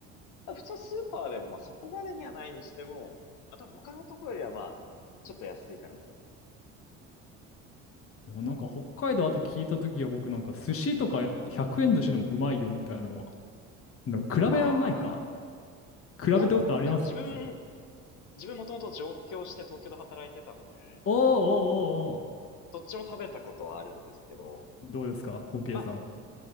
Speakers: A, on the left; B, on the left.
A: 普通スーパーでも、まあ、そこまでにはないにしても、また他のとこよりは、まあ、ちょっと安いかなと思う。
B: もうなんか北海道あと聞いた時は僕なんか寿司とか100円寿司でもうまいよみたいなのは。でも比べらんないか。
A: ああ。
B: 比べたことありますそこ
A: いや、でも自分、自分もともと上京して東京で働いてたので、
B: おーおーおーおー。
A: どっちも食べたことはあるんですけど、
B: どうですか ?OK
A: まあ、
B: さん。